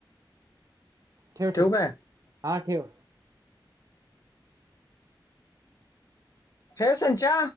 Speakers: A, on the right (about 45°); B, on the left (about 45°).
A: ठेव
B: ठेवू
A: ठेव
B: काय
A: हा ठेव
B: हे संचा